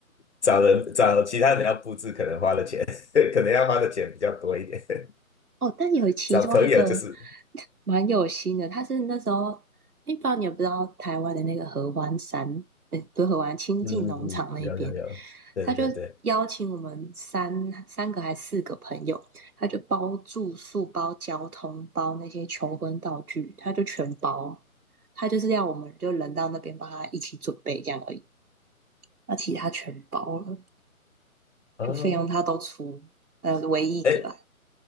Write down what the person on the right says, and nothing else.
哦，但有其中一个
<laughs> 蛮有心的，他是那时候，诶不知道你有不知道台湾的那个合欢山，呃，不是合欢，清境农场那边，
他就邀请我们三三个还四个朋友，他就包住宿、包交通、包那些求婚道具，他就全包，他就是要我们就人到那边帮他一起准备这样而已，那其他全包了，
就费用他都出，呃，唯一一个啦。